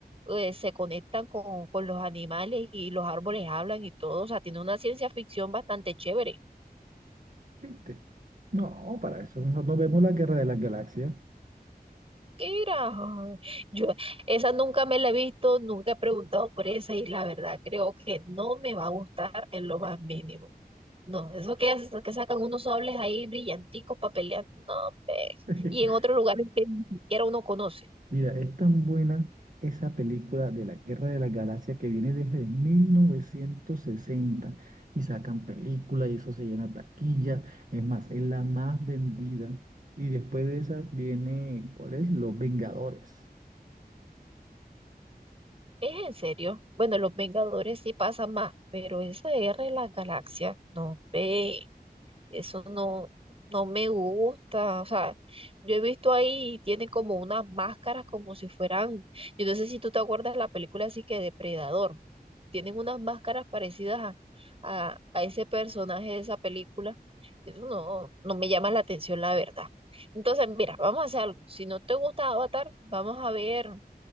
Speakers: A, on the right; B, on the right.
A: eh, se conectan con, con los animales y los árboles hablan y todo. O sea, tiene una ciencia ficción bastante chévere.
B: ¿viste? No, para eso mejor no vemos la Guerra de las Galaxias.
A: Mira, ay, yo esa nunca me la he visto, nunca he preguntado por esa y la verdad creo que no me va a gustar en lo más mínimo. No, eso que, es- que sacan unos sables ahí brillanticos para pelear, no, hombre.
B: <laughs>
A: Y en otros lugares que ni siquiera uno conoce.
B: Mira, es tan buena esa película de la Guerra de la Galaxia que viene desde 1960 y sacan película y eso se llena taquilla. Es más, es la más vendida. Y después de esa viene, ¿cuál es? Los Vengadores.
A: Es en serio. Bueno, los Vengadores sí pasan más, pero esa de Guerra de las Galaxias, no, ve. Eso no, no me gusta. O sea, yo he visto ahí, tienen como unas máscaras como si fueran, yo no sé si tú te acuerdas la película así que Depredador. Tienen unas máscaras parecidas a, a, a ese personaje de esa película. Eso no, no me llama la atención, la verdad. Entonces, mira, vamos a hacer algo. Si no te gusta Avatar, vamos a ver